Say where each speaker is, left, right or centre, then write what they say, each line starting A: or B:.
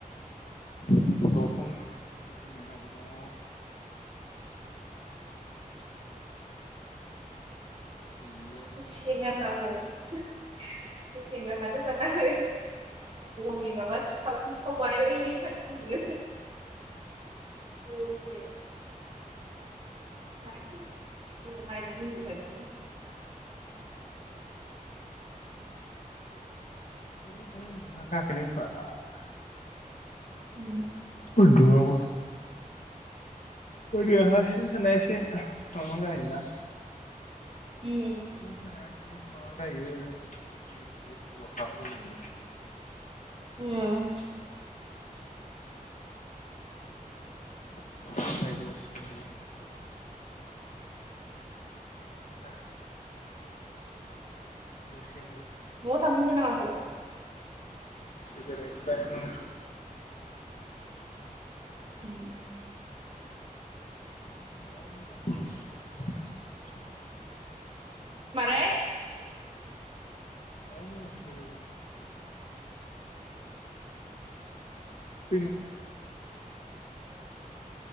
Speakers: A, on the left; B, on the right.
A: दरखं नालाय सिसि केमेराबो दङ। बेयावनो
B: <unintelligible>
A: उन्दुबाय
B: <unintelligible> <unintelligible> <unintelligible>
A: <unintelligible>
B: उ
A: उनदुवाबा ओरैनो हार्बिन थानाया इसे माबा जायोना
B: न'आव
A: <unintelligible> <inaudible>
B: उम
A: <inaudible> <inaudible> <inaudible> दा दसे
B: थांफिनगोन ना माखो
A: बेरायनोसैलाय उम।
B: उम
A: <inaudible>
B: मारै
A: न'आव मैया फैदों <unintelligible> <inaudible>